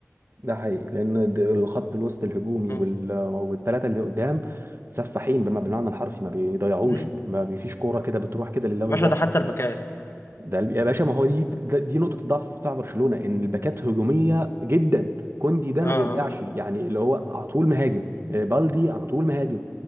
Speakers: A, on the right; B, on the left.
A: ده حقيقي لان د- الخط الوسط الهجومي
B: اه
A: وال- والثلاثه اللي قدام سفاحين بما بالمعنى الحرفي ما بيضيعوش
B: مم.
A: ما بيفيش كوره كده بتروح كده لله وللوطن
B: يا باشا ده حتى الباكات
A: ده يا باشا ما هو دي ده- دي نقطه الضعف بتاع برشلونه ان الباكات هجوميه جدا كوندي ده
B: اه
A: ما
B: اه
A: بيرجعش يعني اللي هو على طول مهاجم آه، بالدي على طول مهاجم